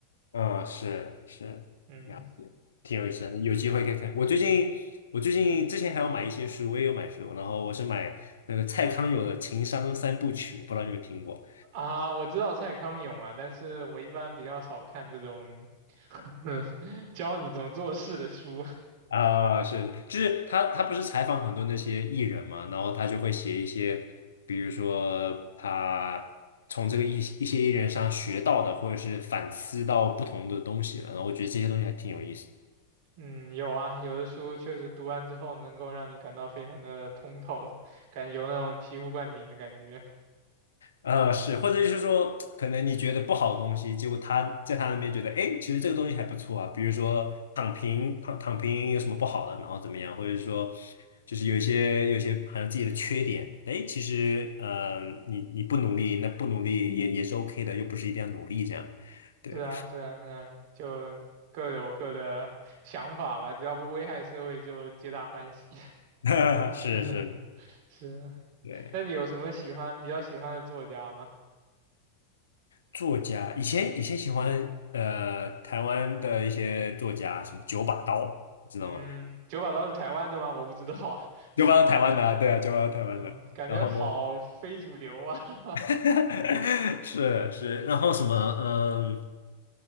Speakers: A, on the left; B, on the right.
A: 嗯，是是，
B: 嗯
A: 了解，挺有意思的，有机会可以看。我最近，我最近之前还有买一些书，我也有买书，然后我是买那个蔡康永的《情商三部曲》，我不知道你有没有听过
B: 啊，我知道蔡康永啊，但是我一般比较少看这种 <laughs> 教你怎么做事的书，
A: 啊？是，就是他他不是采访很多那些艺人嘛，然后他就会写一些，比如说他从这个一一些艺人上学到的，或者是反思到不同的东西了然后我觉得这些东西还挺有意思的
B: 嗯，有啊，有的书确实读完之后能够让你感到非常的通透，感觉有那种醍醐灌顶的感觉。
A: 呃，是，或者就是说，可能你觉得不好的东西，结果他在他那边觉得，哎，其实这个东西还不错啊。比如说躺平，躺躺平有什么不好的，然后怎么样，或者说就是有一些有一些好像自己的缺点，哎，其实呃，你你不努力，那不努力也也是嗯 OK 的，又不是一定要努力这样。对，
B: 是啊，是啊，是啊，就各有各的 <laughs> 想法吧，只要不危害社会，就皆大欢喜。
A: <laughs> 是是，
B: <laughs> 是啊，
A: 对，
B: 那你有什么喜欢比较喜欢的作家吗？
A: 作家以前以前喜欢呃台湾的一些作家，什么九把刀，你知道吗？
B: 嗯，九把刀是台湾的吗？我不知道啊。
A: 就搬到台湾的啊，对啊，就搬到台湾的。
B: 嗯，感觉好非主流啊。
A: 然后
B: <laughs>
A: <laughs> 是是，然后什么，嗯，